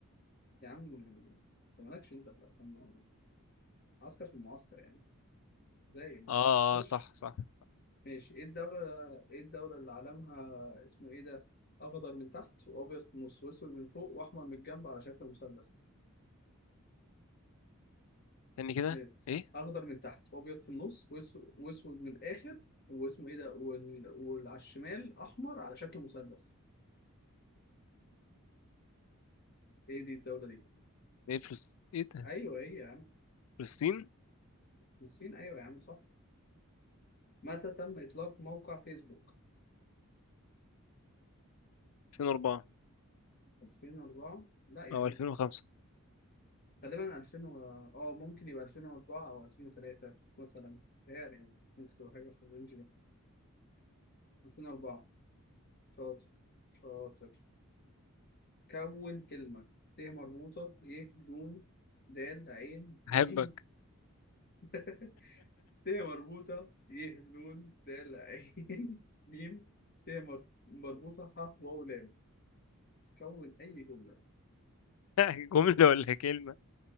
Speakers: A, on the left; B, on the left.
A: يا عم انت مالكش انت في الأفلام. عسكر في المعسكر يعني زي ما
B: آه
A: شفتوش
B: آه صح صح صح
A: ماشي ايه الدولة ايه الدولة اللي علمها اسمه ايه ده اخضر من تحت وابيض في النص واسود من فوق واحمر من الجنب على شكل مثلث
B: استني كده
A: إيه؟
B: إيه
A: اخضر من تحت وابيض في النص واسو- واسود من الاخر واسمه ايه ده وال... وعلى الشمال احمر على شكل مثلث ايه دي الدوله دي
B: إيه فلس إيه ده
A: ايوه هي يا عم
B: فلسطين
A: في الصين ايوه يا عم صح متى تم اطلاق موقع فيسبوك
B: 2004
A: 2004 لا يا
B: أو
A: عم
B: 2005
A: غالبا 2000 و... اه ممكن يبقى 2004 او 2003 مثلا تهيألي يعني ممكن تبقى حاجه في الرينج ده 2004 شاطر شاطر كون كلمه ت مربوطه ي دون د عين
B: أحبك
A: ميم <laughs> ت مربوطة ي نون د ل عين <laughs> ميم ت مر- مربوطة ح واو لام كون أي جملة
B: <laughs> جملة ولا كلمة